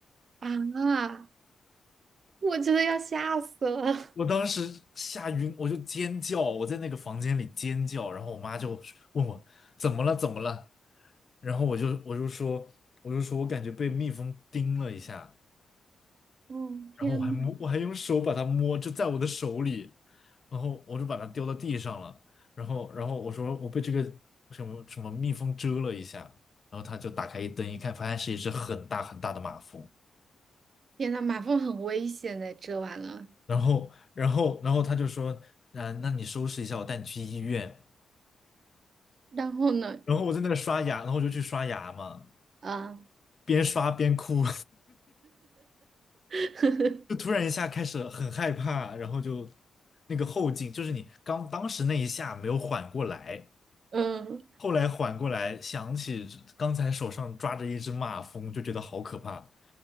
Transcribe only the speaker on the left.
我当时吓晕，我就尖叫，我在那个房间里尖叫，然后我妈就问我怎么了怎么了，然后我就我就说我就说我感觉被蜜蜂叮了一下，
然后我还摸我还用手把它摸，就在我的手里，然后我就把它丢到地上了，然后然后我说我被这个什么什么蜜蜂蛰了一下，然后他就打开一灯一看，发现是一只很大很大的马蜂。
然后，然后，然后他就说，啊，那你收拾一下，我带你去医院。
然后我在那刷牙，然后我就去刷牙嘛，
边刷边哭，
<laughs> 就突然一下开始很害怕，然后就那个后劲，就是你刚当时那一下没有缓过来，
后来缓过来，想起刚才手上抓着一只马蜂，就觉得好可怕，